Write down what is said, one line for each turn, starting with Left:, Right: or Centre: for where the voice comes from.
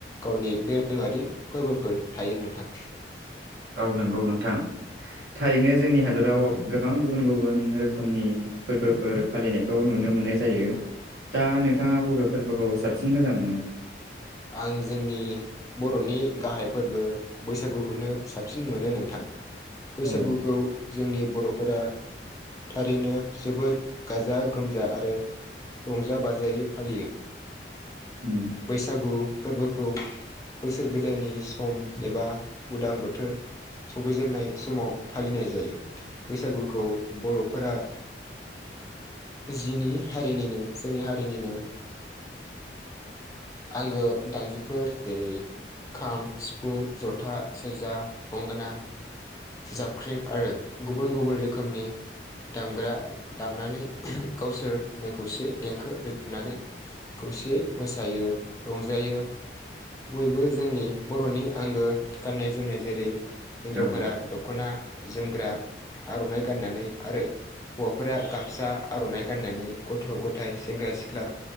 Left: गावनि दोरोङारि फोरबोफोर थायो नोंथां।
Right: औ नंगौ नोंथां। थारैनो जोंनि हादराव गोबां गुबुन गुबुन रोखोमनि फोरबोफोर फालिनायखौ नुनो मोननाय जायो दा नोंथाङा बबे फोरबोखौ साबसिन मोजां मोनो?
Left: आं जोंनि बर'नि गाहाय फोरबो बैसागुखौनो साबसिन मोनो नोंथां बैसागुखौ
Right: औ
Left: जोंनि बर'फोरा थारैनो जोबोद गाजा गोमजा आरो रंजा बाजायै फालियो।
Right: उम
Left: बैसागु फोरबोखौ बोसोर गोदाननि सम एबा उदां बोथोर सफैजेननाय समाव फालिनाय जायो बैसागुखौ बर'फोरा जिनि हारिनिनो जोंनि हारिनिनो आंगो दामजुफोर जेरै खाम सिफुं जथा सेरजा गंगोना जाबख्रिं आरो गुबुन गुबुन रोखोमनि दामग्रा दामनानै ओहो गावसोरनो खौसे देंखो रोजाबनानै खौसेयै मोसायो रंजायो। बयबो जोंनि बर'नि आंगो गाननाय जोमनाय। जेरै हिन्जावफोरा
Right: औ
Left: दख'ना जोमग्रा आर'नाइ गाननानै आरो हौवाफोरा गामसा आर'नाइ गाननानै गथ' गथाइ सेंग्रा सिख्ला